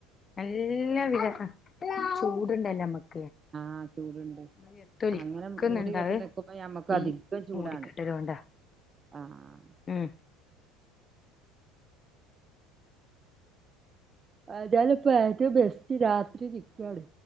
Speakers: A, on the left; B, on the right.
A: നല്ല വിയർപ്പ ചൂടുണ്ടല്ലോ ഞമ്മക്ക്
B: ആഹ് ചൂടുണ്ട്
A: വിയർത്തൊലിക്കുന്നുണ്ട്
B: അങ്ങനെ മൂടി കെട്ടി
A: അത്
B: നിക്കുമ്പോ ഞമ്മക്ക്
A: ഈ
B: അധികം ചൂടാണ്
A: മൂടിക്കെട്ടലോണ്ടാ
B: ആഹ്
A: ഉം
B: ഏതാലും ഇപ്പ ഏറ്റവും ബെസ്റ്റ് രാത്രി ചിക്കാണ്